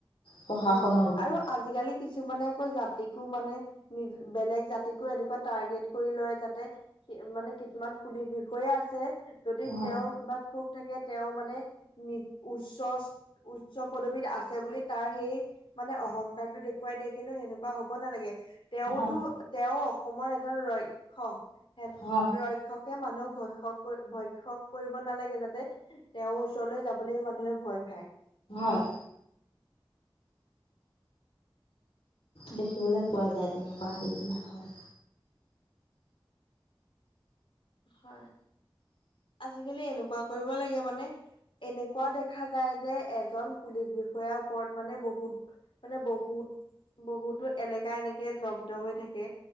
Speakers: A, on the left; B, on the left.
A: প্ৰশাসনক
B: হয়
A: লৈ
B: আৰু আজিকালি কিছুমানে আকৌ জাতিকো মানে নি- বেলেগ জাতিকো এনেকুৱা টাৰ্গেট কৰি লয় যাতে। <unintelligible> মানে কিছুমান পুলিচ বিষয়া আছে। যদি
A: হয়
B: তেওঁৰ কিবা খুব থাকে তেওঁ মানে নি উচ্চ উচ্চ পদবীত আছে বুলি তাৰ সেই মানে অহংকাৰটো দেখুৱাই দিয়ে কিন্তু সেনেকুৱা হ'ব নালাগে। তেওঁতো
A: হয়
B: তেওঁ অসমৰ এজন ৰক্ষক হেন
A: হয়
B: ৰক্ষকে মানুহ। ভয়ক্ষক ভৈক্ষক কৰিব নালাগে যাতে, তেওঁৰ ওচৰলৈ যাবলৈ মানুহে ভয় খায়।
A: হয়। দেখিবলৈ পোৱা যায় তেনেকুৱা সেইবিলাক হয়।
B: হয়, আজিকালি এনেকুৱা কৰিব লাগে মানে এনেকুৱা দেখা যায় যে এজন পুলিচ বিষয়াৰ ওপৰত মানে বহুত, মানে বহুত বহুতো এলেকা এনেকে জব্দ হৈ থাকে।